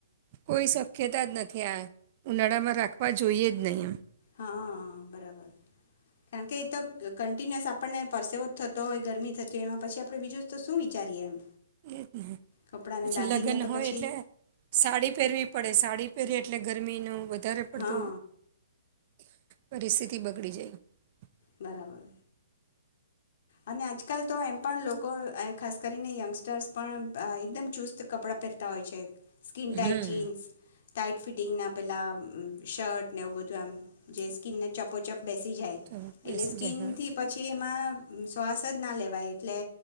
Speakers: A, on the right; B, on the left.
A: કોઈ શક શક્યતા જ નથી આ ઉનાળામાં રાખવા જોઈએ જ નહીં આ
B: હા બરાબર કેમકે એતો કન્ટિન્યુઅસ આપણને પરસેવો થતો હોય ગરમી થતી હોય એમાં પછી આપડે બીજું તો શું વિચારીએ એમ
A: એ જ
B: કપડાંને
A: પછી
B: દાગીના
A: લગ્ન
B: તો
A: હોય
B: પછી
A: એટલે સાડી પહેરવી પડે સાડી રયે એટલે ગરમીનું વધારે પડતું
B: હા
A: પરિસ્થિતિ બગડી જાય
B: બરાબર અને આજકાલ તો એમ પણ લોકો ખાસ કરીને યંગસ્ટર્સ પણ એકદમ ચૂઝ કપડા પહેરતા હોય છે સ્કીન ટાઈટ
A: હમ
B: જીન્સ ટાઈટ ફિટિંગના પેલા શર્ટ ને એવું બધુ આમ જે સ્કીનને ચપોચપ બેસી જાય
A: તો બેસી
B: એટલે સ્કીનથી
A: જાય
B: પછી એમાં શ્વાસ જ ના લેવાય એટલે